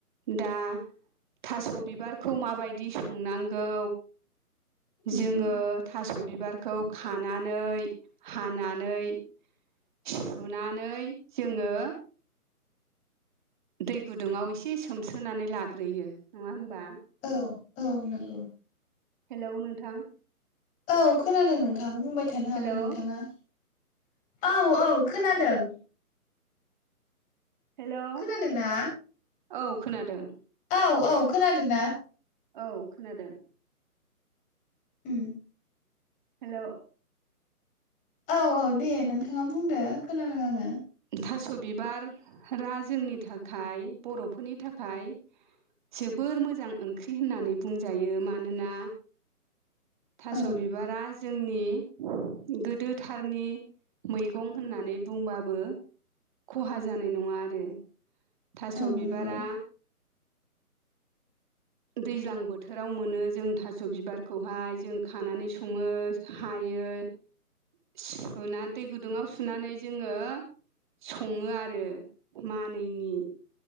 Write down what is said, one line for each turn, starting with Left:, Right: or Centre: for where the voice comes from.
Right: दा थास' बिबारखौ माबायदि संनांगौ
Left: उम
Right: जोङो
Left: उम
Right: थास' बिबारखौ खानानै हानानै सुनानै जोङो दै गुदुङाव एसे सोमस्रोनानै लाग्रोयो नङा होमबा?
Left: औ औ नंगौ।
Right: हेलौ नोंथां?
Left: औ खोनादों नोंथां बुंबाय थानो हागोन
Right: हेलौ
Left: नोंथाङा औ औ खोनादों।
Right: हेल' औ
Left: खोनादोंना
Right: खोनादों।
Left: औ औ खोनादोंना?
Right: औ खोनादों।
Left: उम
Right: हेल'
Left: औ औ दे नोंथाङा बुंदो। खोनादों आङो।
Right: थास' बिबारा जोंनि थाखाय बर'फोरनि थाखाय जोबोर मोजां ओंख्रि होननानै बुंजायो मानोना थास'
Left: औ
Right: बिबारा जोंनि गोदोथारनि मैगं होननानै बुंबाबो खहा जानाय नङा आरो थास'
Left: औ
Right: बिबारा
Left: नंगौ
Right: दैज्लां बोथोराव मोनो जों थास' बिबारखौहाय जों खानानै सङो। हायो सुना दै गुदुङाव सुनानै जोङो सङो आरो मानैैनि